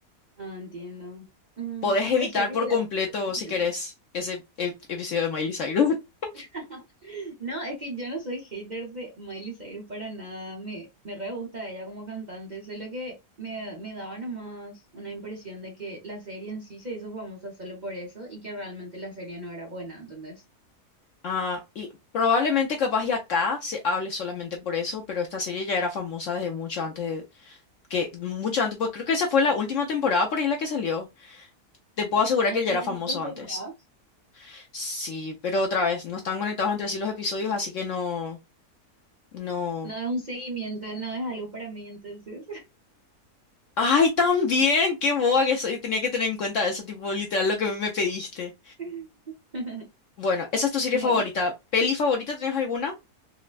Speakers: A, on the right; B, on the left.
A: Ah, entiendo. Mm,
B: Podés
A: puede
B: evitar
A: ser que
B: por
A: le dé
B: completo,
A: una oportunidad.
B: si querés, ese ep- episodio de Miley Cyrus. <laughs>
A: <laughs> No, es que yo no soy hater de Miley Cyrus para nada. Me, me re gusta ella como cantante. Solo que me, me daba nomás una impresión de que la serie en sí se hizo famosa solo por eso y que realmente la serie no era buena. Entonces,
B: Ah, y probablemente capaz y acá se hable solamente por eso, pero esta serie ya era famosa desde mucho antes de- que mucho antes, pues creo que esa fue la última temporada por ahí la que salió. Te puedo asegurar
A: Ah,
B: que ya
A: tiene
B: era famoso
A: muchas
B: antes.
A: temporadas.
B: Sí, pero otra vez, no están conectados entre sí los episodios, así que no, no.
A: No es un seguimiento, no es algo para mí. Entonces,
B: ¡Ay, también! ¡Qué boba que soy! Tenía que tener en cuenta eso, tipo, literal, lo que me pediste.
A: <laughs> bueno,
B: Bueno, esa es tu serie favorita.
A: y.
B: ¿Peli favorita tienes alguna?